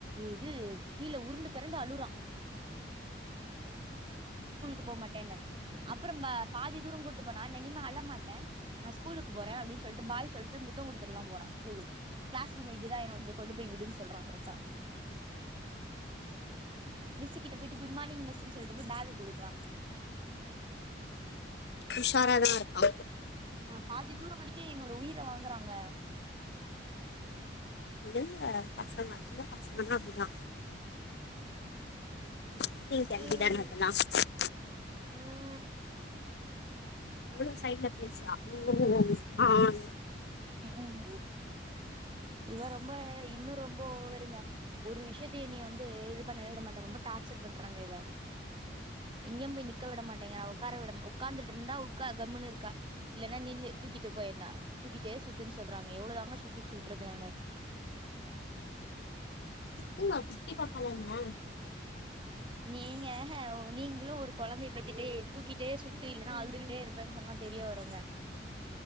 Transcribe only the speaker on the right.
இது கீழ உருண்டு பெரண்டு அழுவ்றா ஸ்கூலுக்கு போமாட்டேன்னு அப்புற பாதி தூரோ கூட்டு போனா நன்னிமா அழ மாட்டே நா ஸ்கூலுக்கு போறே அப்டின் சொல்ட்டு பாய் சொல்ட்டு முத்தோ குடுத்துர்லா போற ஸ்கூலுக்கு கிளாஸ் ரூம் இதுதா என்னோட்து கொண்டு போய் விடுன் சொல்றா கரட்டா மிஸ்ஸு கிட்ட போயிட்டு குட் மார்னிங் மிஸ்சுன் சொல்ட்டு போய் பேக குடுக்குறா
பாதி தூரோ வரைக்கு என்னோட உயிர வாங்குறாங்க
ம்
ம்
க் ம் இவ ரொம்ப இன்னு ரொம் இப்போ வருங்க ஒரு விஷ்யத்த இனி வந்து இது பண்ணவே விட மாட்டா ரொம்ப டார்ச்சர் பண்றாங்க இவ எங்யு போய் நிக்க விட மாட்டேங்குர உக்கார விட உக்காந்துட்ருந்தா உட்க்கா கம்முன்னு இருக்கா இல்லன்னா நில்லு தூக்கிட்டு போ எங்னா தூக்கிட்டே சுத்துன்னு சொல்றாங்க எவ்ளோ தாங்க தூக்கிட்டு சுத்துறது நானு
நீங்க நீங்களு ஒரு கொழந்தைய பெத்துட்டு தூக்கிட்டே சுத்து இல்லன்னா அழுதுகிட்டே இருப்பேன் சொன்னா தெரிய வருங்க